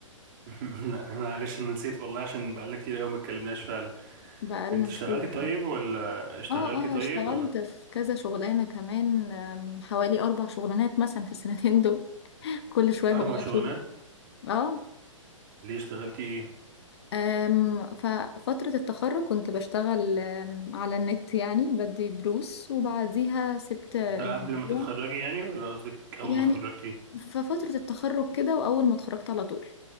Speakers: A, on the right (about 40°); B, on the left (about 50°).
A: <laughs> لا معلش انا نسيت والله عشان بقالنا كتير قوي ما اتكلمناش فعلا
B: بقالنا
A: انت اشتغلتي
B: كتير
A: طيب
B: فعلا
A: ولا اشتغلتي
B: اه
A: طيب
B: اه اشتغلت
A: ولا
B: في كذا شغلانه كمان ام، حوالي اربع شغلانات مثلا في السنتين دول <laughs> كل شويه
A: اربع
B: بغير
A: شغلانات
B: شغل اه
A: ليه اشتغلتي ايه
B: ام، ففتره التخرج كنت بشتغل ام، على النت يعني بدي دروس وبعديها سبت الموضوع
A: ده قبل ما تتخرجي يعني ولا قصدك اول
B: يعني
A: ما اتخرجتي
B: ففتره التخرج كده واول ما اتخرجت على طول